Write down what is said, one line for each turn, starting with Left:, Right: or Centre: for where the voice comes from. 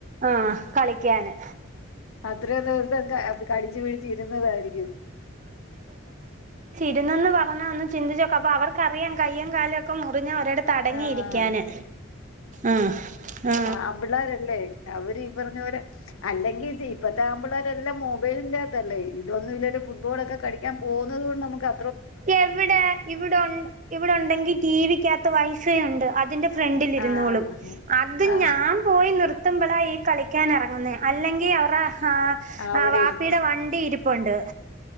Right: ആ കളിക്കാന്
Left: ഇത്രയും ദിവസക്കെ അത് കടിച്ചു പിടിച്ച് ഇരുന്നതായിരിക്കും
Right: വരുന്നെന്ന് പറഞ്ഞന്ന് ചിന്തിച്ചോക്ക അപ്പോ അവർക്കറിയാം കയ്യും കാലുംക്കെ മുറിഞ്ഞ ഒരിടത്ത് അടങ്ങിയിരിക്കാന്
Left: ആഹ്
Right: ആഹ് ആ
Left: ആമ്പിള്ളേരല്ലേ അവര് ഈ പറഞ്ഞ പോല അല്ലെങ്കിൽ ഇപ്പത്തെ ആമ്പിള്ളേരെല്ലാം മൊബൈലിന്റെറകത്തല്ലേ ഇതൊന്നും ഇല്ലോ ഫുട്ബോളൊക്കെ കളിക്കാൻ പോകുന്നുന്നത് കൊണ്ട് നമുക്ക്അ
Right: എവിടെ ഇവിടെ ഇവിടൊണ്ടെങ്കി ടിവി ക്കാത്ത് വൈഫൈ ഉണ്ട് അതിന്റെ- ഫ്രണ്ടിലിരുന്നോളും
Left: ആഹ്
Right: അത്
Left: ആഹ്
Right: ഞാൻ പോയി നിർ ത്തുമ്പോളാ ഈ കളിക്കാൻ എറങ്ങുന്നേഅല്ലെങ്കിൽ അവറാ
Left: അവിടെ
Right: ആ വാപ്പിയുടെ
Left: ഇരുന്നു
Right: വണ്ടി ഇരിപ്പൊണ്ട്